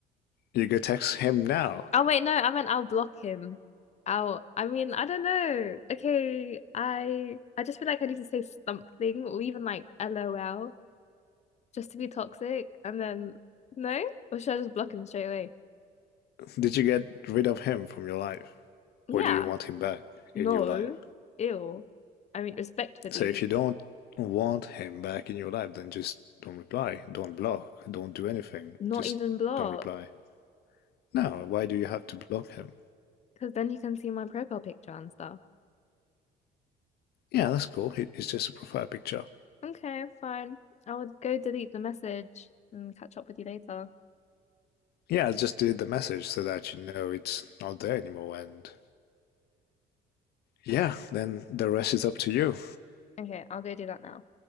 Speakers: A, on the left; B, on the left.
A: you go text him now.
B: Oh wait, no, I meant I'll block him. I'll I mean, I don't know. Okay, I I just feel like I need to say something or even like LOL just to be toxic and then no? Or should I just block him straight away?
A: Did you get rid of him from your life?
B: Yeah.
A: Or do you want him back
B: No.
A: in your life?
B: Ew. I mean, respectfully,
A: So if you don't want him back in your life, then just don't reply, don't block, don't do anything,
B: not
A: just
B: even block
A: don't reply. No, why do you have to block him?
B: because then he can see my profile picture and stuff.
A: Yeah, that's cool. It's just a profile picture.
B: Okay, fine. I would go delete the message and catch up with you later.
A: Yeah, I just delete the message so that you know it's not there anymore. And yeah, then the rest is up to you.
B: Okay, I'll go do that now.